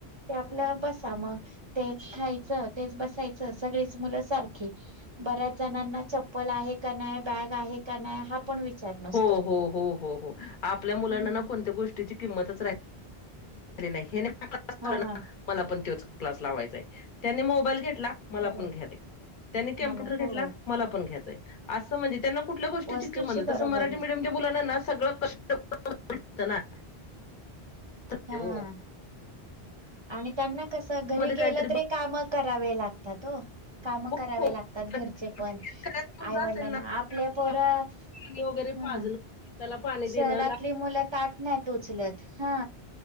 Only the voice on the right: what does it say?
ते आपलं बसा म तेच खायचं तेच बसायच सगळीच मुलं सारखी. बऱ्याच जणांना चप्पल आहे का नाही बॅग आहे का नाही हा पण विचार नसतो.
हम्म.
हा
बरोबर
मला
हो
वस्तूची
बरोबर
आहे
हा. आणि त्यांना कस, घरी
गेलं तरी काम करावे लागतात ओ. काम
करावे लागतात
घरचे पण
आईवडिलांना.
आपले पोर
ह.
शहरातली मुलं ताट नाहीत उचलत हा.